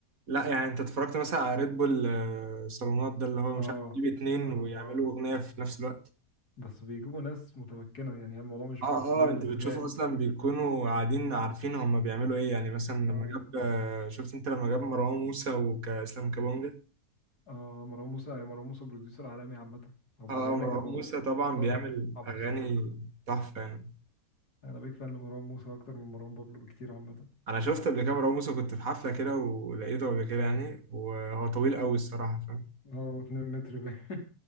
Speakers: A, on the right (about 60°); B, on the left (about 80°).
A: لا يعني انت اتفرجت مثلا على ريد بول آه، صالونات ده اللي هو
B: اه
A: مش عارف يجيب اتنين
B: اه
A: ويعملوا اغنيه في نفس الوقت
B: بس بيجيبوا ناس متمكنة يعني الموضوع مش
A: اه
B: بالسهولة
A: اه انت
B: اللي بتبان
A: بتشوف اصلا بيكونوا قاعدين عارفين هم بيعملوا ايه يعني مثلا لما
B: اه
A: جاب
B: يعني
A: آه، شفت انت لما جاب مروان موسى وكاسلام كابونجا
B: اه مروان موسى مروان موسى بروديوسر عالمي عامة هو بيبين
A: اه آه، مروان
B: لك الموضوع
A: موسى طبعا
B: ده
A: بيعمل
B: في الحاجة صعبة
A: اغاني
B: كده
A: تحفه يعني
B: انا بيك فان لمروان موسى اكتر من مروان بابلو بكتير عامة
A: انا شفت قبل كده مروان موسى كنت في حفله كده ولقيته قبل كده يعني وهو طويل قوي الصراحه فاهم
B: هو 2 متر باين